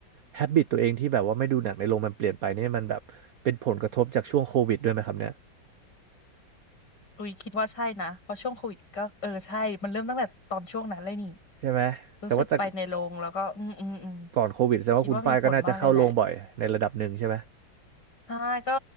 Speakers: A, on the right; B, on the left.
A: แฮบิตตัวเองที่แบบว่าไม่ดูหนังในโรงมันเปลี่ยนไปเนี่ยมันแบบเป็นผลกระทบจากช่วงโควิดด้วยไหมครับเนี่ย
B: อุ้ยคิดว่าใช่นะเพราะช่วงโควิดก็เออใช่มันเริ่มตั้งแต่ตอนช่วงนั้นเลยนี่
A: ใช่ไหมแต่ว่าแต่
B: รู้สึกไปในโรงแล้วก็อืมอืมอืม
A: ก่อนโควิดแสดงว่าคุณฝ้ายก็น่าจะเข้าโรงบ่อยในระดับหนึ่งใช่ไหม
B: คิดว่ามีผลมากเลยแหละใช่ก็